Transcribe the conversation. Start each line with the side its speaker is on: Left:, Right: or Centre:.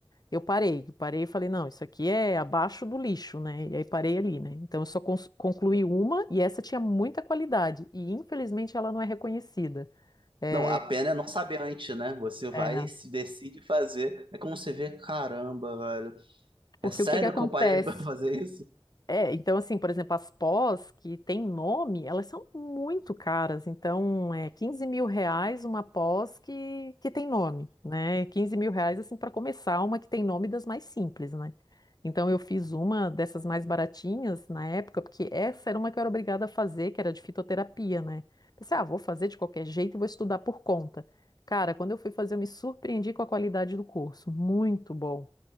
Left: Eu parei, eu parei e falei, não, isso aqui é abaixo do lixo, né? E aí parei ali, né? Então eu só cons- concluí uma e essa tinha muita qualidade e infelizmente ela não é reconhecida. É,
Right: Não, a pena é não saber antes, né? Você vai,
Left: é,
Right: se decide fazer. É como você vê, caramba, velho.
Left: porque
Right: É sério
Left: o que que acontece?
Right: que eu parei pra <laughs> fazer isso?
Left: É, então assim, por exemplo, as pós que tem nome, elas são muito caras. Então, é 15 mil reais uma pós que, que tem nome, né? 15 mil reais, assim, para começar, uma que tem nome das mais simples, né? Então, eu fiz uma dessas mais baratinhas na época, porque essa era uma que eu era obrigada a fazer, que era de fitoterapia, né? Pensei, ah, vou fazer de qualquer jeito e vou estudar por conta. Cara, quando eu fui fazer, eu me surpreendi com a qualidade do curso. Muito bom.